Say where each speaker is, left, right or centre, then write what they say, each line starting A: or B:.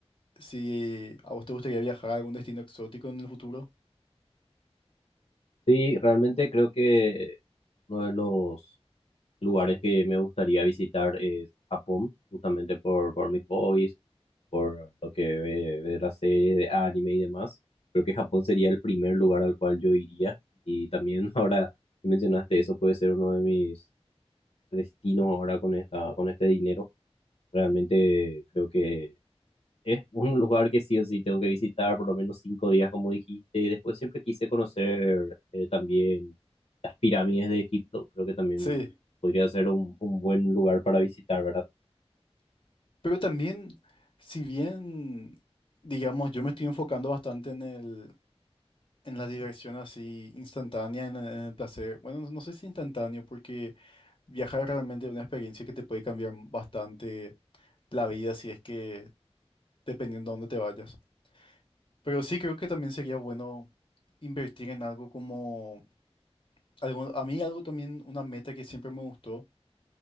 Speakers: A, on the left (about 50°); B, on the left (about 65°).
A: si a vos te gustaría viajar a algún destino exótico en el futuro.
B: Sí, realmente creo que uno de los lugares que me gustaría visitar es Japón, justamente por, por mis hobbies, por lo que ve, ve las series de anime y demás. Creo que Japón sería el primer lugar al cual yo iría. Y también <laughs> ahora que mencionaste eso, puede ser uno de mis destinos ahora con esta, con este dinero. Realmente creo que es un lugar que sí o sí tengo que visitar por lo menos cinco días, como dijiste. Después siempre quise conocer eh, también las pirámides de Egipto. Creo que también
A: Sí,
B: podría ser un, un buen lugar para visitar, ¿verdad?
A: pero también, si bien, digamos, yo me estoy enfocando bastante en el, en la diversión así instantánea, en el, en el placer. Bueno, no no sé si instantáneo, porque viajar es realmente una experiencia que te puede cambiar bastante la vida, si es que dependiendo de dónde te vayas. Pero sí creo que también sería bueno invertir en algo como, algo, a mí algo también, una meta que siempre me gustó